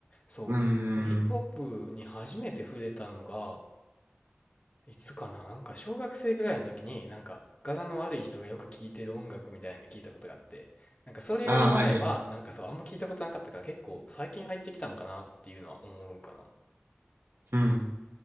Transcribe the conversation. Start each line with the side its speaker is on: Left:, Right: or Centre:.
Left: そう。
Right: うーん。
Left: そのヒップホップに初めて触れたのが、いつかな、なんか小学生ぐらいの時に、なんか柄の悪い人がよく聴いてる音楽みたいなんで聞いたことがあって、なんかそれより前は、
Right: ああ、はいはい。
Left: なんかそう、あんま聞いたことなかったから結構最近入ってきたんかなっていうのは思うかな。
Right: うん。